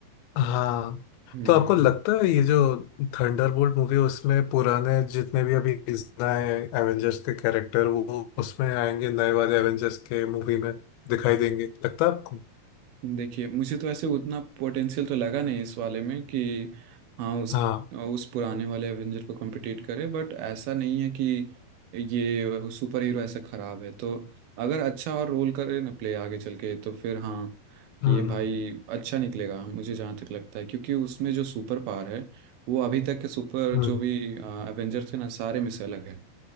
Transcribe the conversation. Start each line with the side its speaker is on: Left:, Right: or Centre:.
Left: हाँ
Right: हम्म
Left: तो आपको लगता है ये जो थंडरबोल्ट मूवी उसमें पुराने जितने भी अभी नए एवेंजर्स के कैरेक्टर वो उसमें आएंगे नए वाले एवेंजर्स के मूवी में दिखाई देंगे लगता है आपको
Right: देखिए मुझे तो ऐसे उतना पोटेंशियल तो लगा नहीं इस वाले में कि हाँ उस
Left: हाँ
Right: उस पुराने वाले एवेंजर को कम्पिटिट करे बट ऐसा नहीं है कि ये सुपर हीरो ऐसा खराब है तो अगर अच्छा और रोल करे ना प्ले आगे चल के तो फिर हाँ
Left: हम्म
Right: ये भाई अच्छा निकलेगा मुझे जहाँ तक लगता है क्योंकि उसमें जो सुपर पावर है वो अभी तक के सुपर
Left: हम्म
Right: जो भी एवेंजर थे ना सारे में से अलग है